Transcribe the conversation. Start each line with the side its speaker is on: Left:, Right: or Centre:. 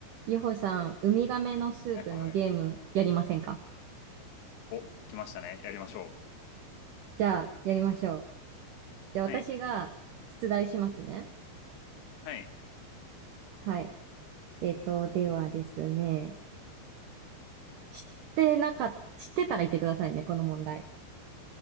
Right: ゆほさん、ウミガメのスープのゲームやりませんか
Left: はいはい。お、来ましたね。やりましょ
Right: じゃあ、やりましょう。じゃあ、
Left: う。
Right: 私が出題しますね。
Left: はい。はい。
Right: はい。えっと、ではですね、知ってなか、知ってたら言ってくださいね、この問題。